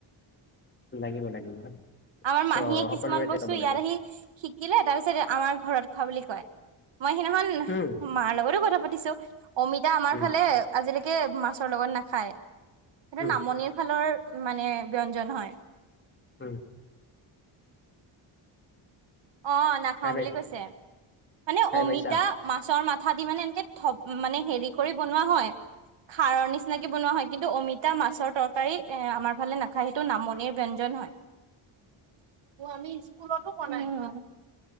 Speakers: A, on the left; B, on the right.
A: লাগিব লাগিব।
B: আমাৰ মাহীয়ে
A: চ
B: কিছুমান
A: সকলোৰে
B: বস্তু
A: তে যাব
B: ইয়াত
A: লাগে
B: আহি শিকিলে তাৰপিছত আমাৰ ঘৰত খোৱা বুলি কয়। মই সিদিনাখন
A: উম
B: মাৰ লগতো কথা পাতিছো অমিতা আমাৰ
A: উম
B: ফালে আজিলৈকে মাছ লগত নাখায়। সেইটো
A: উম
B: নামনিৰ ফালৰ মানে ব্যঞ্জন হয়।
A: উম।
B: অ, নাখাও
A: খাই পাইছা
B: বুলি কৈছে। মানে
A: খাই
B: অমিতা
A: পাইছা
B: মাছৰ মা কঠা দি মানে এনেকে থপ মানে হেৰি কৰি বনোৱা হয়। খাৰৰ নিচিনাকি বনোৱা হয়। কিন্তু, অমিতা মাছৰ তৰকাৰী এ আমাৰ ফালে নাখায়। সেইটো নামনিৰ ব্যঞ্জন। হয় আমি স্কুল টো বনাই চো